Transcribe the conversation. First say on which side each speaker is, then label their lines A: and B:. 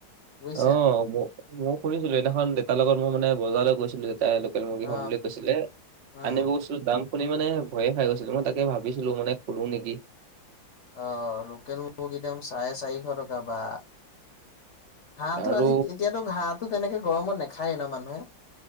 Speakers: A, on the left (about 55°); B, on the right (about 70°).
A: বুজিছা
B: অ', মও মই শুনিছিলোঁ। এইদিনাখন দেতাৰ লগত মই মানে বজাৰলৈ গৈছিলো দেতাই লোকেল মূর্গী
A: অ
B: খাম বুলি কৈছিলে,
A: উম
B: আনিব গৈ টো দাম শুনি মানে ভয়ে খাই গৈ, মই তাকে ভাবিছিলো মানে খোলো নেকি?
A: অ', লোকেল মুৰ্গী দাম চাৰে চাৰিশ টকা বা! হাঁহটো
B: আৰু
A: আজি এতিয়াতো হাঁহটো তেনেকে গৰমত নেখায়েই ন মানুহে?